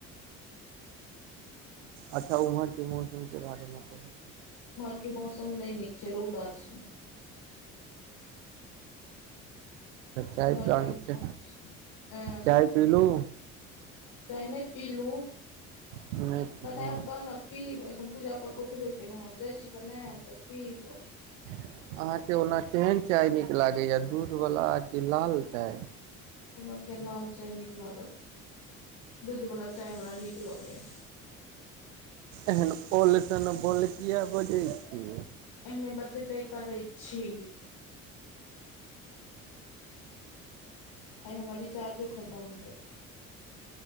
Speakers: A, on the right (about 65°); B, on the left (about 55°).
A: अच्छा उम्हर के मौसम के बारेमे कह
B: इम्हर के मौसम नहि नीक छै रौदा छै
A: चाय
B: इम्हर
A: पीन
B: के मौसम
A: छै
B: अ
A: चाय पीलु
B: चाय नहि पीलु
A: नहि
B: बनायब
A: पीलू
B: तहन पीब एखन पूजा कऽ कऽ उठबे केलहुँ हैं आब जाइ छी बनायब तऽ पीबऽ
A: अहाँके ओना केहन चाय नीक लागैया दूधवला कि लाल चाय
B: हमरा के लाल चाय नीक लागत दूध वाला चाय हमरा नीक लगैया
A: एन ओल तन बोल किया बजै छी
B: एहने बजबे करै छी आइ हमार रीचार्जो खतम हो